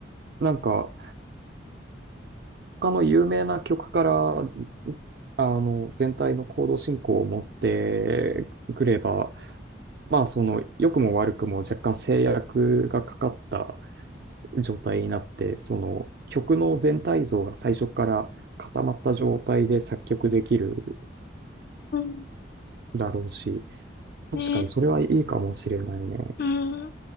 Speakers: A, on the right; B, on the left.
A: なんか、他の有名な曲から、あの、全体の行動進行を持ってくれば、まあ、その、良くも悪くも若干制約がかかった状態になって、その、曲の全体像が最初から固まった状態で作曲できる
B: うん。
A: だろうし、確かにそれはいいかもしれないね。
B: ね、うん。